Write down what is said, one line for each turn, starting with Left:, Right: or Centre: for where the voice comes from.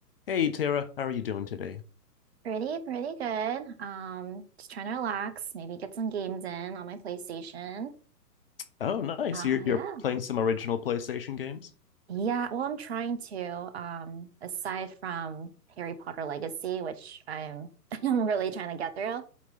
Left: Hey Tara, how are you doing today?
Right: Pretty, pretty good. Um, just trying to relax, maybe get some games in on my PlayStation.
Left: Oh, nice.
Right: Ah,
Left: You're you're
Right: yeah.
Left: playing some original PlayStation games?
Right: Yeah, well, I'm trying to. Um, aside from Harry Potter Legacy, which I'm <laughs> I'm really trying to get through.